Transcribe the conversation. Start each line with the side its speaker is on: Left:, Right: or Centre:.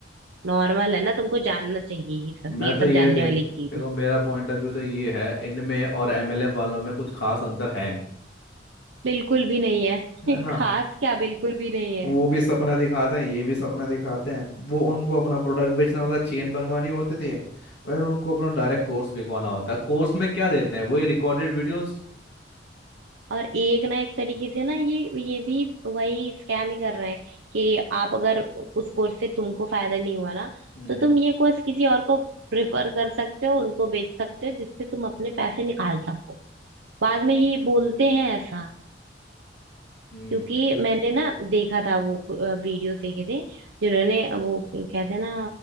Right: नॉर्मल है ना तुमको जानना चाहिए ये सब
Left: मैं
Right: ये
Left: तो
Right: सब
Left: ये
Right: जानने
Left: देखता
Right: वाली
Left: हूँ
Right: चीज
Left: देखो
Right: है
Left: मेरा पॉइंट ऑफ व्यू तो ये है इनमें और एमएलए वालों में कुछ खास अंतर है नहीं
Right: बिल्कुल भी नहीं है
Left: है
Right: <laughs>
Left: ना
Right: खास क्या बिल्कुल भी नहीं है
Left: वो भी सपना दिखाते हैं ये भी सपना दिखाते हैं वो उनको अपना प्रोडक्ट बेचना होता है चेन बनवानी होती थी और उनको अपना डायरेक्ट कोर्स बिकवाना होता है कोर्स में क्या देते हैं वही रिकॉर्डेड वीडियोस
Right: और एक ना एक तरीके से ना ये ये भी वही स्कैम ही कर रहे हैं कि आप अगर उस कोर्स से तुमको फायदा नहीं हुआ ना
Left: हम्म
Right: तो तुम ये कोर्स किसी और को प्रेफर कर सकते हो उनको बेच सकते हो जिससे तुम अपने पैसे निकाल सको बाद में ये बोलते हैं ऐसा
Left: हम्म
Right: क्योंकि मैंने ना देखा था वो वीडियोस देखे थे जिन्होंने वो कहते हैं ना